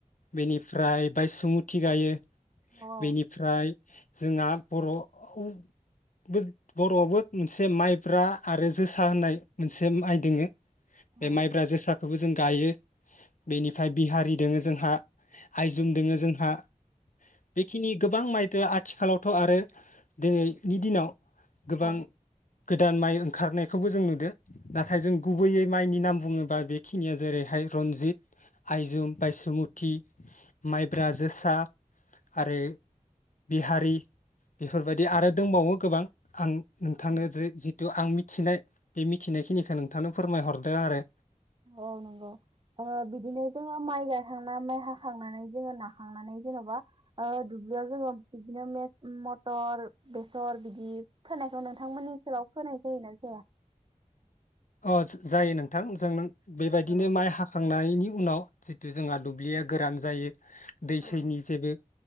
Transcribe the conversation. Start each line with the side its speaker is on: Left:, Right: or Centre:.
Left: बेनिफ्राय बायेसमुथि गायो।
Right: औ
Left: बेनिफ्राय जोंहा बर'आवबो बर'आवबो मोनसे माइब्रा आरो जोसा होननाय मोनसे माइ दोंङो। बे
Right: औ
Left: माइब्रा जोसा खौबो जों गायो। बेनिफ्राय बिहारि दोङो जोंहा आइजुम दोङो जोंहा बेखिनि गोबां माइदो आथिखालावथ' आरो दिनैनि दिनाव गोबां
Right: औ
Left: गोदान माइ ओंखारनायखौबो जों नुदो। नाथाय जों गुबैयै माइनि नाम बुङोबा बेखिनिया जेरैहाय रनजित आयजुम, बायेसमुथ थि माइब्रा जोसा आरो बिहारि बेफोरबायदि आरो दंबावो गोबां। आं नोंथांनो
Right: औ
Left: जै जिथु आं मि मिथिनाय बे मिथिनायखिनिखौ नोंथांनो फोरमायहरदो आरो।
Right: औ नंगौ ओ बिदिनो जोङो माइ गायखांनानै हाखांनानै जोङो नाखांनानै जेन'बा दुब्लियाव जोङो बिदिनो मथर बेसर बिदि फोनायखौ नोंथांमोननि ओनसोलाव फोनाय जायोना जाया।
Left: अ जायो नोंथां जोंना बेबायदिनो
Right: औ
Left: माइ हाखां नायनि उनाव जितु जोंहा दुब्लिया गोरान जायो दै
Right: औ
Left: सैनि जेबो